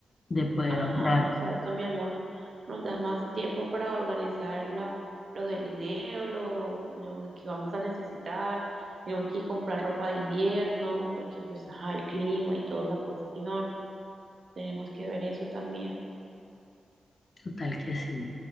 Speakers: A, on the left; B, on the right.
A: De poder
B: Ajá,
A: ahorrar.
B: exacto, mi amor. Nos da más tiempo para organizar la, lo del dinero, lo, lo que vamos a necesitar. Tenemos que comprar ropa de invierno, porque pues, ajá, el clima y toda la cuestión. Tenemos que ver eso también.
A: Total que sí.